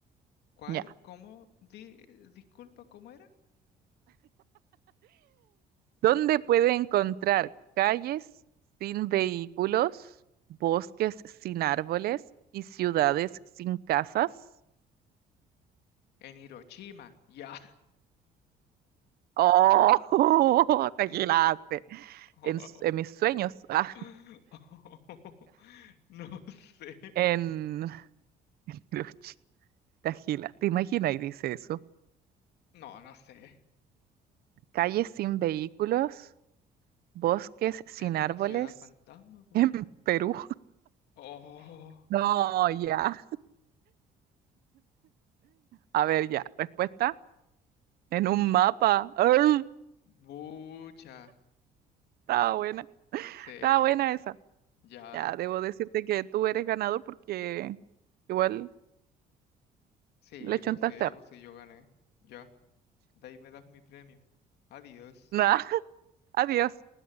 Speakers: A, on the left; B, on the right.
A: ¿Cuál?
B: Ya,
A: ¿Cómo? Di- disculpa, ¿cómo era?
B: ¿dónde puede encontrar calles sin vehículos, bosques sin árboles y ciudades sin casas?
A: En Hiroshima, ya.
B: ¡Oh! <laughs> ¡Te agilaste!
A: <laughs>
B: En, s- en mis sueños, ah,
A: <laughs> No sé.
B: en... <laughs> Cruch, Te agila, ¿te imaginas? Y dice eso.
A: No, no sé.
B: Calles sin vehículos, bosques sin
A: En una
B: árboles
A: ciudad fantasma,
B: <laughs>
A: po.
B: en Perú.
A: Oh,
B: No, ya. A ver, ya. Respuesta en un mapa. ¡Arr!
A: bucha.
B: Estaba buena.
A: Sí,
B: Estaba buena esa.
A: ya.
B: Ya, debo decirte que tú eres ganador porque igual
A: Sí,
B: le chuntaste.
A: pues sí,
B: harto.
A: pues sí,
B: <laughs>
A: yo gané. Ya. De ahí me das mi premio. Adiós.
B: Nah, adiós.